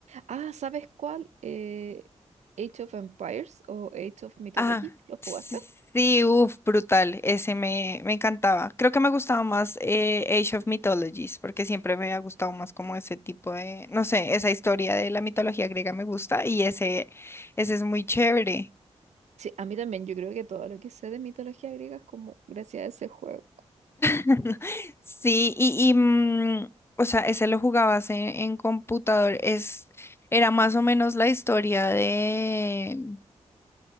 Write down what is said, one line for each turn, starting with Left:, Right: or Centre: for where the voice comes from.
Right: Ah, ¿sabes cuál? Eh, Age of Empires o Age of Mythology.
Left: Ah,
Right: ¿Lo jugaste?
Left: s- sí, uff, brutal. Ese me, me encantaba. Creo que me gustaba más eh, Age of Mythologies, porque siempre me ha gustado más como ese tipo de, no sé, esa historia de la mitología griega me gusta y ese, ese es muy chévere.
Right: Sí, a mí también, yo creo que todo lo que sé de mitología griega es como gracias a ese juego.
Left: <laughs> Sí, y, y, mm, o sea, ese lo jugabas en, en computador. Es, era más o menos la historia de...